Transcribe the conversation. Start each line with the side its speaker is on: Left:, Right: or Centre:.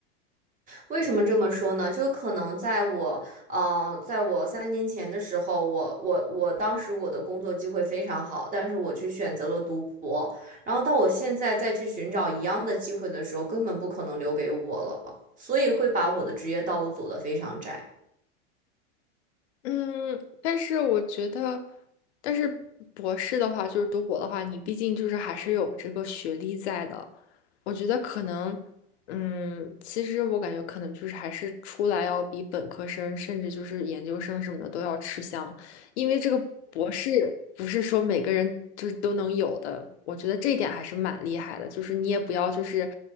Right: 为什么这么说呢？就可能在我，呃，在我三年前的时候，我我我当时我的工作机会非常好，但是我去选择了读博，然后到我现在再去寻找一样的机会的时候，根本不可能留给我了，所以会把我的职业道路走得非常窄。
Left: 嗯，但是我觉得，但是博士的话，就是读博的话，你毕竟就是还是有这个学历在的。我觉得可能，嗯，其实我感觉可能就是还是出来要比本科生，甚至就是研究生什么的都要吃香，因为这个博士不是说每个人就是都能有的。我觉得这一点还是蛮厉害的，就是你也不要就是，